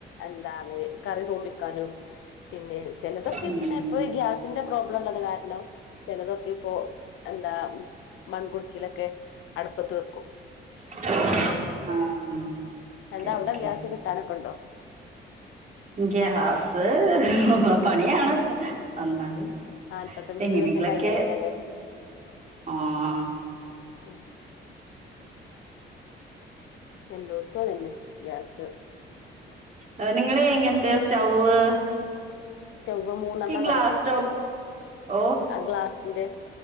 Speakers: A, on the left (about 80°); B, on the right (about 40°).
A: എന്താണ് കറി തൂമ്പിക്കാനും പിന്നെ ചെലതൊക്കെ
B: ഉം
A: പിന്നെ ഗ്യാസ് സ്സിന്റെ പ്രോബ്ലം ഉള്ളത് കാരണം ചെലതൊക്കെ ഇപ്പോ എന്താ മൺ ഗുടുക്കെലൊക്കെ അടപ്പത്ത് വെക്കും
B: ആഹ് ഓക്കെ
A: എന്താ അവടെ
B: ഓക്കെ
A: ഗ്യാസ് കിട്ടാനൊക്കെണ്ടോ?
B: ഗ്യാസ് പണിയാണ് അന്നാലും
A: നാല്പത്തഞ്ച്
B: എങ്ങനെങ്കിലൊക്കെ
A: ദിവസം കഴിയണല്ലോല്ലേ
B: ആഹ്
A: ഉം എല്ലോട്ത്തും അതന്നെ ഗ്യാസ്
B: ആ നിങ്ങടെ എങ്ങനത്തെ സ്റ്റൗ്വ്വ്
A: സ്റ്റവ്വ് മൂന്നെണ്ണം ഒള്ളതില്ലേ?
B: ഗ്ലാസ് ടോപ്പ് ഓ
A: ആ ഗ്ലാസിന്റെ